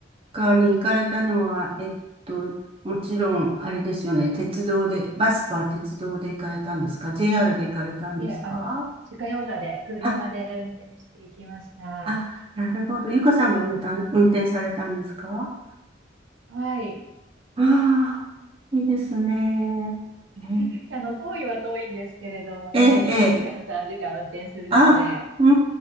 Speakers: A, on the right (about 30°); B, on the right (about 80°).
A: 高に行かれたのは、えっと、もちろん、あれですよね。鉄道で、バスか鉄道で行かれたんですか ?JR で行かれたんですか
B: いえ、あの、自家用車で、車で運転していきました。
A: あ、あ、なるほど。ゆかさんが運転、運転されたんですか
B: はい。
A: ああー、いいですね。へ
B: <laughs> あの、遠いは遠いんですけれどもね、
A: えええ、ええ。
B: 2時間、3時間運転するので、
A: あ、うん